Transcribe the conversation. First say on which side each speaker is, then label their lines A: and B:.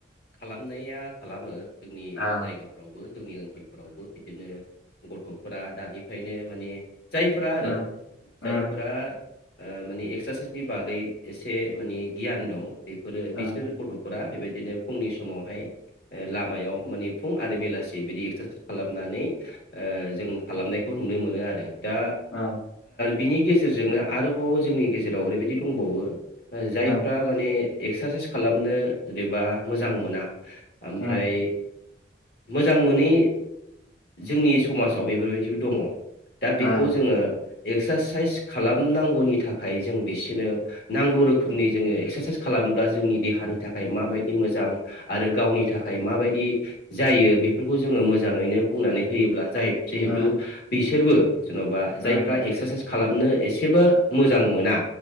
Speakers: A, on the left (about 55°); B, on the left (about 85°).
A: खालामनाया खालामो जोंनि
B: ओ
A: जायगाफ्रावबो जोंनि ओनसोलफोरावबो बिदिनो गथ'फोरा दानिफ्रायनो माने जायफोरा आरो
B: ओ उम
A: जायफोरा ओ माने एक्सारसाइसनि बागै एसे माने गियान दं बेफोरो
B: उम
A: बेसे बिसोर गथ'फोरा बेबायदिनो फुंनि समावहाय ओ लामायाव माने फुं आरो बेलासि बिदि एक्सारसाइस खालामनानै जों खालामनायखौ नुनो मोनो आरो दा
B: उम
A: बिनि गेजेरजोंनो आरोबाव जोंनि गेजेराव ओरैबायदि दंबावो ओ जायफ्रा
B: उम
A: माने एक्सारसाइस खालामनो जेनेबा मोजां मोना ओमफ्राय
B: उम
A: मोजां मोनै जोंनि समाजाव बेफोरबायदिबो दङ दा
B: उम
A: बेखौ जोङो एक्सारसाइस खालामनांगौनि थाखाय जों बिसोरनो नांगौ रोखोमनि जोङो एक्सारसाइस खालामब्ला जोंनि देहानि थाखाय माबायदि मोजां आरो गावनि थाखाय माबायदि जायो बेफोरखौ जोङो मोजां मोजाङैनो बुंनानै होयोब्ला जिहेथु
B: उम
A: बिसोरबो जेन'बा जायफ्रा
B: उम
A: एक्सारसाइस खालामनो एसेबो मोजां मोना